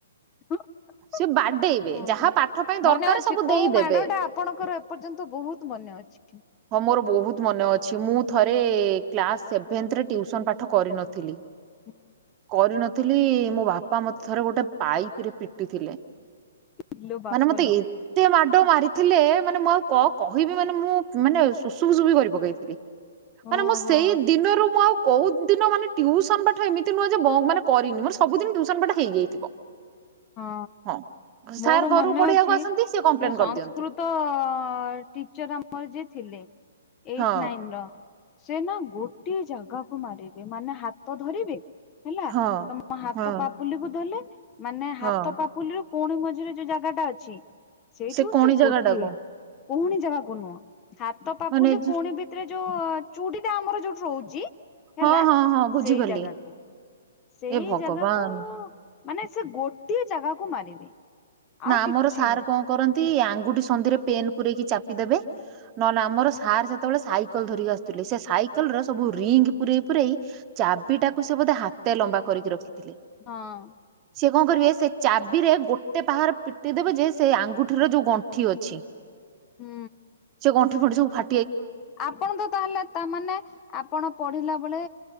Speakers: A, on the left; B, on the right.
A: ହଁ।
B: ସେ ବାଡେଇବେ
A: ଓ
B: ଯାହା
A: ହୋ
B: ପାଠ ପାଇଁ ଦରକାର
A: ମନେ ଅଛି
B: ସବୁ ଦେଇଦେବେ।
A: କୋଉ ମାଡ ଟା ଆପଣଙ୍କର ଏପର୍ଯ୍ୟନ୍ତ ବହୁତ ମ ମନେ ଅଛି?
B: ହଁ ମୋର ବହୁତ ମନେ ଅଛି ମୁଁ ଥରେ କ୍ଲାସ ସେଭେନ ଯେ ରେ ଟିଉସନ ପାଠ କରିନଥିଲି।
A: ହୁଁ।
B: କରିନଥିଲି ମୋ ବାପା ମତେ ଥରେ ଗୋଟେ ପାଇପ ରେ ପିଟିଥିଲେ।
A: ଇଲୋ ବାପଲୋ
B: ମାନେ ମତେ ଏତେ ମା ଡ ମାରିଥିଲେ ମାନେ ମୁଁ କ କହିବି ମାନେ ମୁଁ ମାନେ ସୁସୁ ଫୁସୁ ବି କରି ପକେଇଥିଲି। ମାନେ
A: ଓହୋ
B: ମୁଁ ସେଇ ଦିନରୁ ମୁଁ ଆଉ କୋଉ ଦିନ ମାନେ ଟିଉସନ ପାଠ ଏମିତି ନୁହେଁ ଯେ ମାନେ କରିନି ମୋର ସବୁଦିନ ଟ୍ୟୁସନ ପାଠ ହେଇଯାଇଥିବ।
A: ହଁ
B: ହଁ ସାର୍
A: ମୋର
B: ଘରକୁ
A: ମନେ
B: ପଢେଇବାକୁ
A: ଅଛି।
B: ଆସନ୍ତି ସେ କମ୍ପ୍ଲେନ
A: ଯୋଉ ସଂସ୍କୃତ
B: କରିଦିଅନ୍ତି।
A: ଟିଚର ଆମର ଯିଏ ଥିଲେ। ଏଇଟ
B: ହଁ
A: ନାଇନ ର। ସେ ନା ଗୋଟେ ଜାଗାକୁ ମାରିବେ ମାନେ ହାତ ଧରିବେ। ହେଲା
B: ହଁ
A: ତମ ହାତ
B: ହଁ
A: ପାପୁଲି କୁ ଧରିଲେ ମାନେ
B: ହଁ
A: ହାତ ପାପୁଲିରୁ କୋହୁଣି ମଝିରେ ଯୋଉ ଜାଗାଟା ଅଛି ସେଇଠି
B: ସେ
A: ବସିକି
B: କଣି ଜାଗା
A: ଗୋଟିଏ।
B: ଟାକୁ
A: କୋହୁଣି ଯିବାକୁ ନୁହଁ ହାତ ପାପୁଲି
B: ମାନେ
A: କୋହୁଣି ଭିତରେ ଯୋଉ ଚୁଡିଟା ଆମର ଯୋଉଠି ରହୁଛି
B: ହଁ
A: ହେଲା
B: ହଁ ହଁ ବୁଝିଗଲି
A: ସେଇ ଜାଗାକୁ। ସେଇ
B: ଏ ଭଗବାନ
A: ଜାଗାକୁ ମାନେ ସେ ଗୋଟିଏ ଜାଗାକୁ ମାରିବେ।
B: ନା
A: ଆଉ
B: ଆମର
A: କିଛି
B: ସାର୍
A: ନାହିଁ
B: କଣ କରନ୍ତି? ଆଙ୍ଗୁଠି ସନ୍ଦିରେ ପେନ୍ ପୁରେଇକି ଚାପି ଦେବେ ନହେଲେ ଆମର ସାର୍ ସେତେବେଳେ ସାଇକେଲ ଧରିକି ଆସୁଥିବେ। ସାଇକେଲ ର ସବୁ ରିଙ୍ଗ ପରେଇ ପୁରେଇ ଚାବିଟା ସେ ବୋଧେ ହାତ ଲମ୍ବା କରିକି ରଖିଥିଲେ
A: ହଁ
B: ସେ କଣ କରିବେ ସେ ଚାବିରେ ଗୋଟେ ଗୋଟେ ପାହାରେ ପିଟି ଦେବେ ଯେ ସେ ଆଙ୍ଗୁଠିର ଯୋଉ ଗଣ୍ଠି ଅଛି।
A: ହୁଁ।
B: ସେ ଗଣ୍ଠି ଫଣ୍ଠି ସବୁ ଫା
A: ଆପଣ ତ ତାହେଲେ ତାମାନେ ଆପଣ ପଢିଲା ବେଳେ